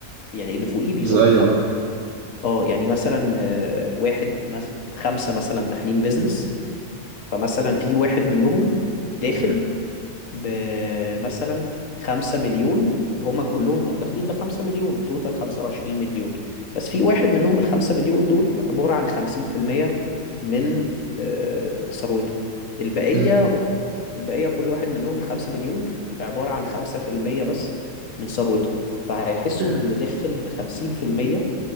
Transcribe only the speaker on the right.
زي أيوه
اه
اه.
اه.
اه.